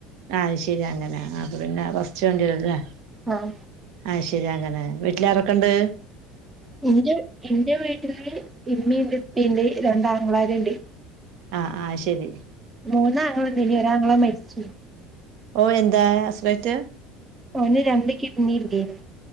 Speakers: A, on the right; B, on the right.
A: ആതുശരി അങ്ങനെ അതുപിന്നെ കുറച്ചുവണ്ടിയുള്ളല്ലേ
B: ആഹ്
A: ആഹ്. ശരിയങ്ങനെ വീട്ടിലാരൊക്കെയുണ്ട്.
B: എന്റെ, എന്റെ വീട്ടില് ഉമ്മിംയുണ്ട്ഉപ്പിംയുണ്ട്. രണ്ടാങ്ങളമാരുണ്ട്.
A: ആഹ്. ആഹ് ശരി
B: മൂന്നാങ്ങളയുണ്ടിനി ഒരാങ്ങള മരിച്ചു
A: ഓ. എന്താ ആക്സിഡന്റ്
B: ഓന് രണ്ടുകിഡ്നിയില്ലേന്